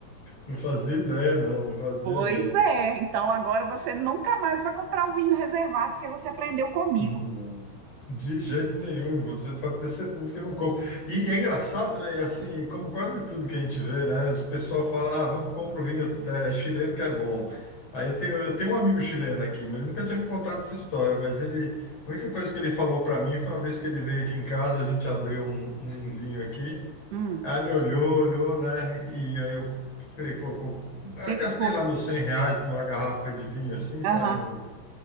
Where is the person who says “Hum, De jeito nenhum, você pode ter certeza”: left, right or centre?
Left